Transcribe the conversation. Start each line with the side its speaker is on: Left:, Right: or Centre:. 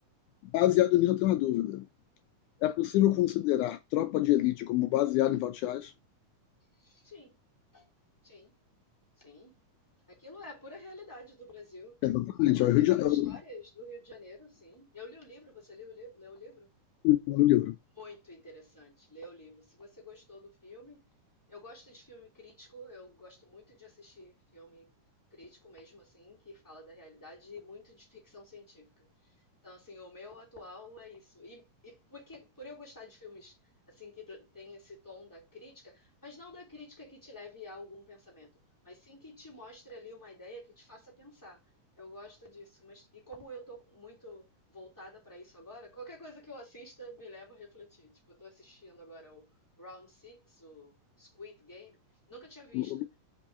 Left: baseado nisso, eu tenho uma dúvida. É possível considerar Tropa de Elite como baseado em fatos reais?
Centre: Sim, sim. Sim, aquilo é a pura realidade do Brasil.
Left: Exatamente.
Centre: Inclusive
Left: É o Rio de Janeiro.
Centre: as histórias do Rio de Janeiro, sim. Eu li o livro, você leu o li- leu o livro?
Left: no livro.
Centre: Muito interessante, leu o livro. Se você gostou do filme, eu gosto de filme crítico, eu gosto muito de assistir filme crítico mesmo, assim, que fala da realidade e muito de ficção científica. Então, assim, o meu atual é isso. E, e porque, por eu gostar de filmes assim que tem esse tom da crítica, mas não da crítica que te leve a algum pensamento, mas sim que te mostre ali uma ideia que te faça pensar. Eu gosto disso, mas e como eu tô muito voltada para isso agora, qualquer coisa que eu assista me leva a refletir. Tipo, eu tô assistindo agora o Round Six, o Squid Game, nunca tinha visto.
Left: O